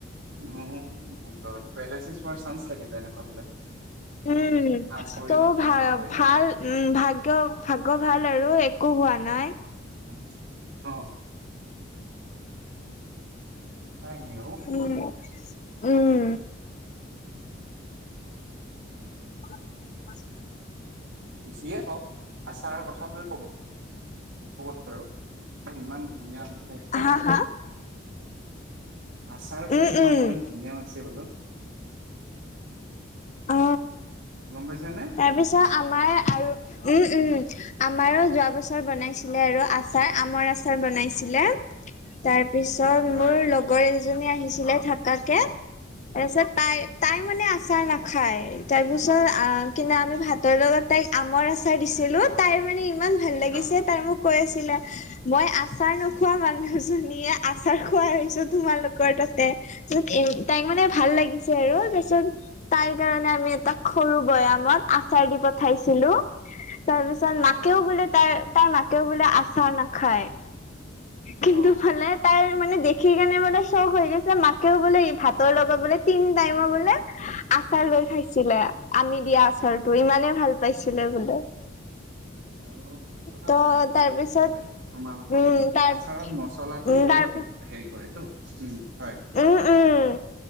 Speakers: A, on the right; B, on the left.
A: অ মাই গড পেৰেলাইছিছ হোৱাৰ চান্স থাকে এনেকুৱা হ'লে।
B: উম
A: হাত ভৰি
B: ত
A: নচলোৱা
B: ভাল
A: হৈ যোৱাৰ
B: ভাল
A: চান্স।
B: উম ভাগ্য ভাগ্য ভাল আৰু একো হোৱা নাই।
A: অহ অ। হয় নে?
B: উম উম। <inaudible>
A: যিয়ে হওক আচাৰ কথাটো ক'ব ক'ব আৰু। ত ইমান ধুনীয়া বিশেষ টা
B: হা হা
A: আচাৰ বোলে
B: উম
A: আমাৰ
B: উম
A: ইমান ধুনীয়া হৈছে বোলো।
B: অ
A: গম পাইছা নে?
B: তাৰ পিছত আমাৰ আৰু উম উম। আমাৰো যোৱা বছৰ বনাইছিলে আৰু আচাৰ আমৰ আচাৰ বনাইছিলে। তাৰপিছত
A: হয়,
B: মোৰ লগৰ এজনী আহিছিলে থাকাকে। তাৰ পিছত তাই তাই মানে আচাৰ নাখায় তাৰপিছত আহ কিন্তু আমি ভাতৰ লগত তাইক আমৰ আচাৰ দিছিলো তাইৰ মানে ইমান ভাল লাগিছে
A: অ'
B: তাই মোক কৈ আছিলে মই আচাৰ নোখ- খোৱা মানুহজনীয়ে আচাৰ খুৱাই হৈছো তোমালোকৰ তাতে। তাইক মানে
A: অ'
B: ভাল লাগিছে আৰু তাৰপিছত তাইৰ কাৰণে আমি এটা সৰু বৈয়াম মত আচাৰ দি পঠাইছিলো তাৰপিছত মাকেও
A: অ'
B: বোলে তাই তাৰ মাকেও বোলে আচাৰ নাখায় কিন্তু
A: অ'
B: বোলে তাইৰ মানে দেখি কেনে বোলে শখ হৈ গৈছে মাকেও বোলে ভাতৰ লগত বোলে তিনি টাইমৰ বোলে আচাৰ লৈ খাইছিলে আমি দিয়া আচাৰটো ইমানে
A: উম।
B: ভাল পাইছিলে বোলে।
A: অ মছলা
B: ত'
A: ভাল দি আছ-
B: তাৰপিছত
A: থাকে নহ'লে তোমালোকৰ
B: উম তাৰ
A: আচাৰত মছলাটো
B: উম
A: বহুত
B: তাৰ
A: দি- হেৰি কৰেতো, উম হয় কোৱা?
B: উম উম